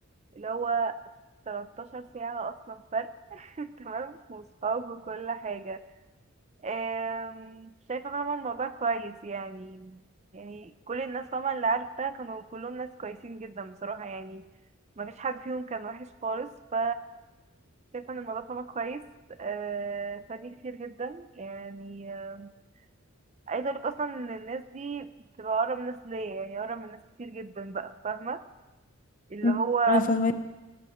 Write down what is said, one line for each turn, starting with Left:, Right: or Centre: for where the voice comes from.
Right: اللي هو 13 ساعة أصلا فرق <laughs> تمام وصحاب وكل حاجة أم، شايفة طبعا الموضوع كويس يعني يعني كل الناس طبعا اللي عرفتها كانوا كلهم ناس كويسين جدا بصراحة يعني ما فيش حد فيهم كان وحش خالص ف شايفة ان الموضوع طبعا كويس أه، فدي كتير جدا يعني أه، عايزة اقولك اصلا ان الناس دي بتبقى اقرب ناس ليا يعني اقرب من ناس كتير جدا بقى فاهمة اللي
Left: مم.
Right: هو
Left: انا فاهمه